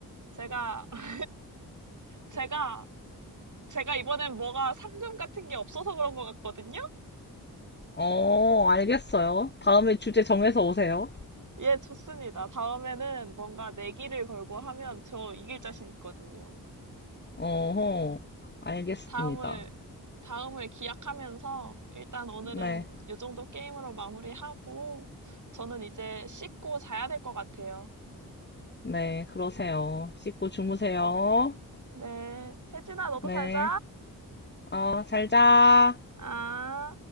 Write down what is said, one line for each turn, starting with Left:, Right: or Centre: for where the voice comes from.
Right: 제가 <laughs> 제가 제가 이번엔 뭐가 상금 같은 게 없어서 그런 것 같거든요?
Left: 어, 알겠어요. 다음에 주제 정해서 오세요.
Right: 예, 좋습니다. 다음에는 뭔가 내기를 걸고 하면 저 이길 자신 있거든요.
Left: 어허, 알겠습니다.
Right: 다음을, 다음을 기약하면서 일단 오늘은
Left: 네,
Right: 이 정도 게임으로 마무리하고 저는 이제 씻고 자야 될 것 같아요.
Left: 네, 그러세요. 씻고 주무세요.
Right: 네. 혜진아, 너도
Left: 네,
Right: 잘 자.
Left: 어, 잘 자.
Right: 아.